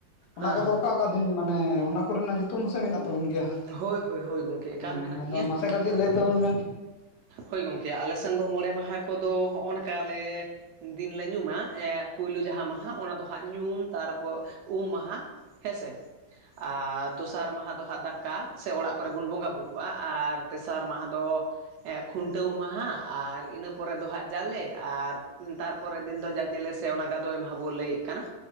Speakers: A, on the left; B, on the right.
A: ᱚᱱᱟ
B: ᱦᱮᱸ
A: ᱠᱚᱫᱚ ᱚᱠᱟ ᱚᱠᱟ ᱫᱤᱱ ᱢᱟᱱᱮ ᱚᱱᱟ ᱠᱚᱨᱮ ᱱᱟᱜ ᱧᱩᱛᱩᱢ ᱦᱚᱸ ᱥᱮ ᱢᱮᱱᱟᱜ ᱛᱟᱵᱚᱱ ᱜᱮᱭᱟ
B: ᱦᱳᱭ ᱦᱳᱭ ᱦᱳᱭ ᱜᱚᱝᱠᱮ ᱮᱠᱟᱞ
A: ᱦᱮᱸ
B: ᱢᱮᱱᱟᱜ
A: ᱟᱫᱚ
B: ᱜᱮᱭᱟ
A: ᱢᱟᱥᱮ ᱠᱟᱹᱴᱤᱡ ᱞᱟᱹᱭ ᱛᱟᱵᱚᱱ ᱵᱮᱱ
B: ᱦᱳᱭ ᱜᱚᱝᱠᱮ ᱟᱞᱮ ᱥᱮᱱ ᱫᱚ ᱢᱚᱬᱮ ᱢᱟᱦᱟᱸ ᱠᱚᱫᱚ ᱦᱚᱜᱼᱚ ᱱᱚᱝᱠᱟ ᱞᱮ ᱫᱤᱱ ᱞᱮ ᱧᱩᱢᱟ ᱯᱩᱭᱞᱩ ᱡᱟᱦᱟᱸ ᱢᱟᱦᱟᱸ ᱚᱱᱟ ᱫᱚ ᱦᱟᱸᱜ ᱧᱩᱢ ᱛᱟᱨᱯᱚᱨ ᱩᱢ ᱢᱟᱦᱟᱸ ᱦᱮᱸᱥᱮ ᱟᱨ ᱫᱚᱥᱟᱨ ᱢᱟᱦᱟᱸ ᱫᱚ ᱦᱟᱸᱜ ᱫᱟᱠᱟ ᱠᱟ ᱥᱮ ᱚᱲᱟᱜ ᱠᱚᱨᱮ ᱵᱚᱱ ᱵᱚᱸᱜᱟ ᱵᱩᱨᱩᱜ-ᱟ ᱟᱨ ᱛᱮᱥᱟᱨ ᱢᱟᱦᱟ ᱫᱚ ᱠᱷᱩᱱᱴᱟᱹᱣ ᱢᱟᱦᱟ ᱟᱨ ᱤᱱᱟᱹ ᱯᱚᱨᱮ ᱫᱚ ᱦᱟᱸᱜ ᱡᱟᱞᱮ ᱟᱨ ᱛᱟᱨ ᱯᱚᱨᱮ ᱫᱤᱱ ᱫᱚ ᱡᱟᱡᱮᱞᱮ ᱥᱮ ᱚᱱᱟ ᱜᱟᱫᱚᱭ ᱢᱟᱦᱟ ᱵᱚᱱ ᱞᱟᱹᱭᱮᱫ ᱠᱟᱱᱟ